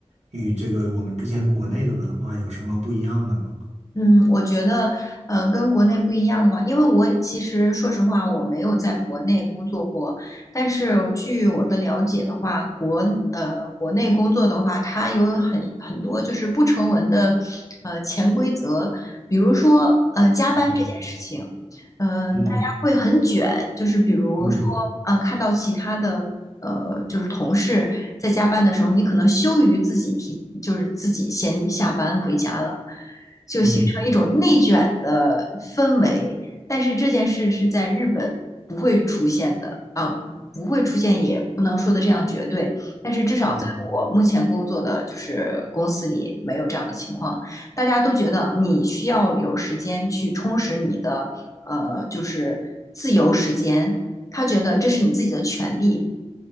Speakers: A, on the right (about 80°); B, on the left (about 30°).
A: 与这个我们之前国内的文化有什么不一样的吗？
B: 嗯，我觉得，呃，跟国内不一样的话，因为我其实说实话，我没有在国内工作过，但是据我的了解的话，国呃国内工作的话，它有很很多就是不成文的呃潜规则，比如说呃加班这件事情，
A: 嗯
B: 嗯、
A: 嗯
B: 大家会很卷，就是比如说啊、
A: 嗯
B: 看到其他的呃就是同事在加班的时候，你可能羞于自己提，就是自己先下班回家了。就形成一种内卷的氛围。
A: 嗯
B: 但是这件事是在日本不会出现的啊、不会出现，也不能说的这样绝对。但是至少在我目前工作的就是公司里没有这样的情况，
A: 啊，
B: 大家都觉得你需要有时间去充实你的呃，就是自由时间。他觉得这是你自己的权利，